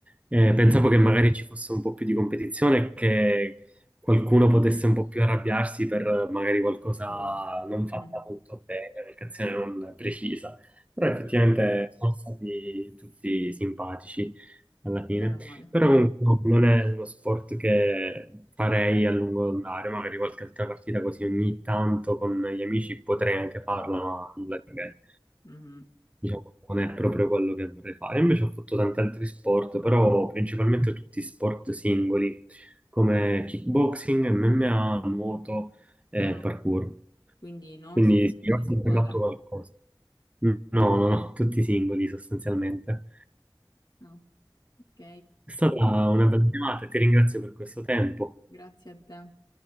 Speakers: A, on the right (about 15°); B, on the left (about 60°).
A: Eh, pensavo che magari ci fosse un po' più di competizione e che qualcuno potesse un po' più arrabbiarsi per eh, magari qualcosa
B: Sì,
A: non fatta
B: Mm.
A: molto bene, un'azione non precisa. Però
B: Mhm.
A: effettivamente sono stati tutti simpatici alla fine.
B: Meno male,
A: Però comunque no, non è uno sport che farei a lungo andare, magari qualche altra partita così ogni tanto con gli amici potrei
B: ci
A: anche
B: sta.
A: farla, ma nulla di che
B: Mhm.
A: diciamo, non è proprio quello che vorrei fare. Invece ho fatto tanti altri sport, però principalmente tutti sport singoli, come kickboxing, MMA, nuoto e
B: Ah,
A: parkour.
B: quindi non
A: Quindi
B: sport
A: sì, ho
B: di
A: sempre
B: squadra.
A: fatto qualcosa. No, no, no, tutti singoli sostanzialmente.
B: No. Ok,
A: È stata una bella chiamata e ti ringrazio per questo tempo.
B: grazie a te.